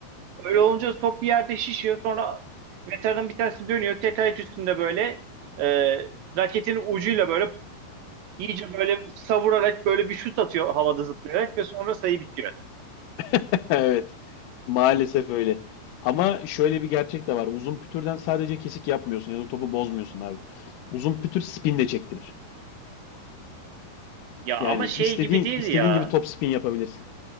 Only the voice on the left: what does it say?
<laughs> Evet. Maalesef öyle. Ama şöyle bir gerçek de var. Uzun pütürden sadece kesik yapmıyorsun ya da topu bozmuyorsun abi. Uzun pütür spin de çektirir.
Yani
istediğin
istediğin
gibi top spin yapabilirsin.